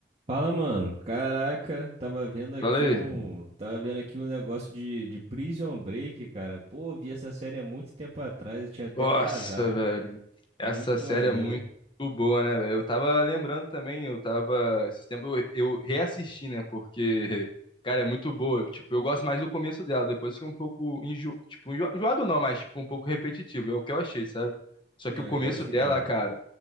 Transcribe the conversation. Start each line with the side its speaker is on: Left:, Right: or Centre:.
Right: Fala, mano. Caraca, tava vendo aqui
Left: Fala aí.
Right: um, tava vendo aqui um negócio de, de Prison Break, cara. Pô, vi essa série há muito tempo atrás, eu tinha até
Left: Nossa,
Right: o casaco.
Left: velho. Essa
Right: Muito
Left: série
Right: maneiro.
Left: é muito boa, né, velho? Eu tava lembrando também, eu tava. Esse tempo eu, eu reassisti, né? Porque, cara, é muito boa. Tipo, eu gosto mais do começo dela, depois fica um pouco enjo... tipo, enjo- enjoado não, mas tipo, um pouco repetitivo. É o que eu achei, sabe? Só
Right: Não,
Left: que o começo
Right: eu, eu achei
Left: dela,
Right: também.
Left: cara,